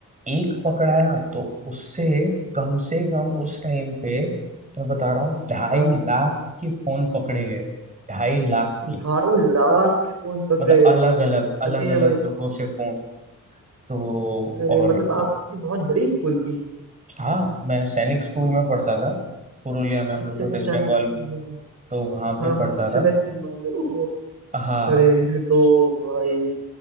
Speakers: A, on the right (about 25°); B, on the right (about 55°).
A: एक पकड़ाया तो उससे कम से कम उस टाइम पे मैं बता रहा हूँ ढाई
B: हाँ, हाँ।
A: लाख के फोन पकड़े गए थे ढाई लाख
B: ढाई
A: के
B: लाख के फोन पकड़े
A: मतलब
B: गए
A: अलग
B: थे
A: अलग अलग
B: अरे
A: अलग लोगों से फोन तो
B: अरे
A: और
B: मतलब आपकी बहुत बड़ी स्कूल थी
A: हाँ मैं सैनिक स्कूल में पढ़ता था पुरुलिया में हम
B: अच्छे
A: लोग को
B: से
A: वेस्ट
B: सैनिक
A: बंगाल
B: दिखते हैं।
A: तो वहां पे
B: हाँ
A: पढ़ता
B: हाँ अच्छा
A: था
B: वेस्ट बंगाल से ओ
A: हाँ
B: अरे ये तो भाई